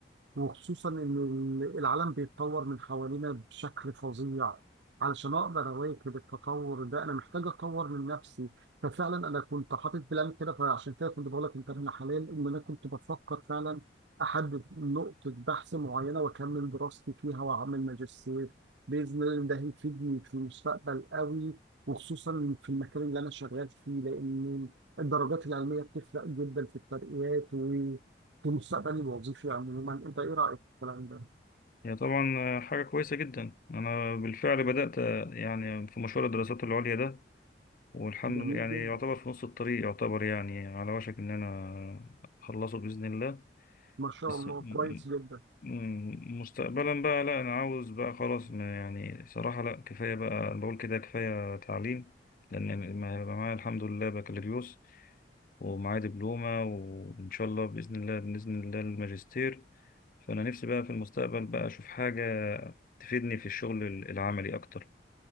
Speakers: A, on the right (about 80°); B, on the left (about 45°).
A: وخصوصا ان ال- العالم بيتطور من حوالينا بشكل فظيع علشان اقدر اواكب التطور ده انا محتاج اطور من نفسي ففعلا انا كنت حاطط بلان كده فعشان كده كنت بقول لك انت ابن حلال ان انا كنت بفكر فعلا احدد نقطة بحث معينة واكمل دراستي فيها واعمل ماجستير باذن الله ده هيفيدني في المستقبل قوي وخصوصا في المكان اللي انا شغال فيه لان الدرجات العلمية بتفرق جدا في الترقيات في مستقبلي الوظيفي عموما انت ايه رايك في الكلام ده؟
B: هي طبعا آه، حاجة كويسة جدا انا بالفعل بدأت آه، يعني في مشوار الدراسات العليا ده والحمد
A: جميل
B: لله يعني
A: جدا
B: يعتبر في نص الطريق يعتبر يعني على وشك ان انا اخلصه بإذن الله
A: ما شاء
B: بس
A: الله
B: م-
A: كويس جدا
B: م- مستقبلا بقى لا انا عاوز بقى خلاص ما يعني صراحة لا كفاية بقى بقول كده كفاية تعليم لان ما هيبقى معايا الحمد لله بكالوريوس ومعايا دبلومة وان شاء الله بإذن الله بإذن الله الماجستير فانا نفسي بقى في المستقبل بقى اشوف حاجة تفيدني في الشغل العملي اكتر